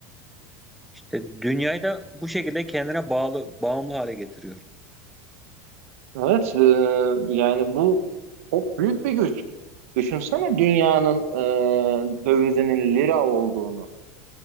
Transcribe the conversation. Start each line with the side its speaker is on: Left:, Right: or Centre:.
Centre: İşte dünyayı da bu şekilde kendine bağlı, bağımlı hale getiriyor.
Right: Evet, e, yani bu çok büyük bir güç. Düşünsene dünyanın e, dövizinin lira olduğunu.